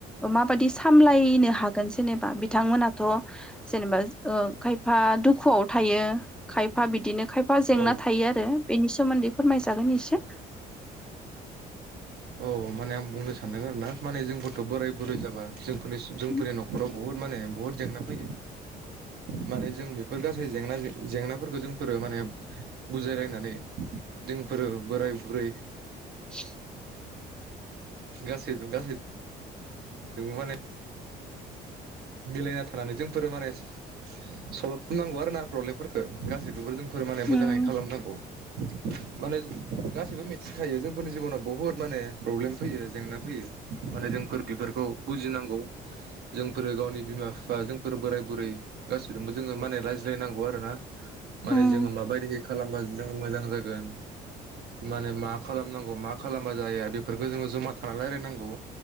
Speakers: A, in the centre; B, on the right.
A: माबादि सामलायनो हागोन जेनेबा बिथांमोनाथ जेनेबा ओ खाय फा दुखुआव थायो खायफा बिदिनो खायफा जेंना
B: औ
A: थायो आरो बेनि सोमोन्दै फोरमायजागोन एसे।
B: औ माने आं बुंनो सानदों आरो ना माने जोंफोरथ बोराय बुरै जाबा जोंफोरनि जोंफोरनि
A: उम
B: नखराव बहुद माने बुहुद जेंना फैयो माने जों बेफोर गासै जेंना जेंनाफोरखौ जोंफोरो माने बुजायलायनानै जोंफोरो बोराय बुरै।
A: <inaudible>
B: गास गास। माने। मिलायना थानानै जोंफोरो माने सल्भ खालामनांगौ आरो ना प्रब्लेमफोरखौ गासैखौबो जों। फोरमान
A: उम
B: मोजाङै खालामनांगौ। <inaudible> माने गासिबो। सिखायो जोंफोरनि जिबनाव बुहुद माने प्रब्लेम फैयो जेंना फैयो। माने जोंफोर बेफोरखौ बुजिनांगौ। जों। फोरो गावनि बिमा बिफा जोंफोर बोराय बुरै गासैजोंबो जोङो माने रायज्लायनांगौ आरो ना माने
A: उम
B: जोङो माबायदिहै खालामबा जोङ मोजां जागोन माने मा खालामनांगौ मा खालामबा जाया बेफोरखौ जोङो जमा थाना रायज्लायनांगौ।